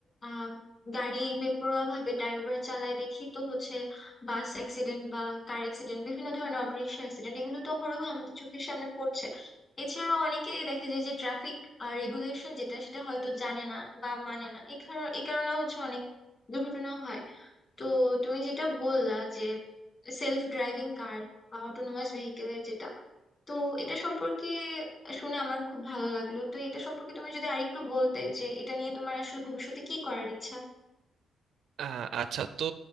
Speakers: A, on the left; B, on the right.
A: আহ গাড়ি বেপরোয়া ভাবে ড্রাইভার চালায় দেখি তো হচ্ছে বাস অ্যাক্সিডেন্ট বা কার অ্যাক্সিডেন্ট বিভিন্ন ধরনের অটোরিকশা অ্যাক্সিডেন্ট এগুলো তো অহরহ আমাদের চোখের সামনে পড়ছে এছাড়াও অনেকেই দেখা যায় যে ট্রাফিক রেগুলেশন যেটা সেটা হয়তো জানে না বা মানে না এ কারণে এ কারণে হচ্ছে অনেক দুর্ঘটনা হয় তো তুমি যেটা বললা যে সেলফ ড্রাইভিং কার বা অটোনোমাস ভেহিকেলের যেটা তো এটা সম্পর্কে শুনে আমার খুব ভালো লাগলো তো এটা সম্পর্কে তুমি যদি আরেকটু বলতে যে এটা নিয়ে তোমার আসলে ভবিষ্যতে কি করার ইচ্ছা
B: আহ, আচ্ছা তো